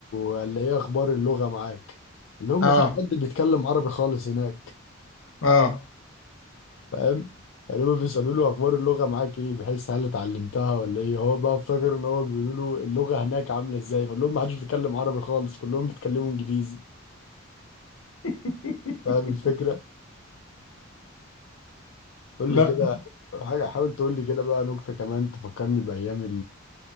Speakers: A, on the left (about 65°); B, on the left (about 80°).
A: له قال لي ايه اخبار اللغة معاك اللي هم
B: اه
A: مفيش حد بيتكلم عربي خالص هناك
B: اه
A: فاهم يعني هم بيسألوا له اخبار اللغة معاك ايه بحيث هل اتعلمتها ولا ايه هو بقى افتكر ان هو بيقولوا له اللغة هناك عاملة ازاي فقال لهم محدش بيتكلم عربي خالص كلهم بيتكلموا انجليزي
B: <laughs>
A: فاهم الفكرة قول
B: لا
A: لي كده حاجة حاول تقول لي كده بقى نكتة كمان تفكرني بأيام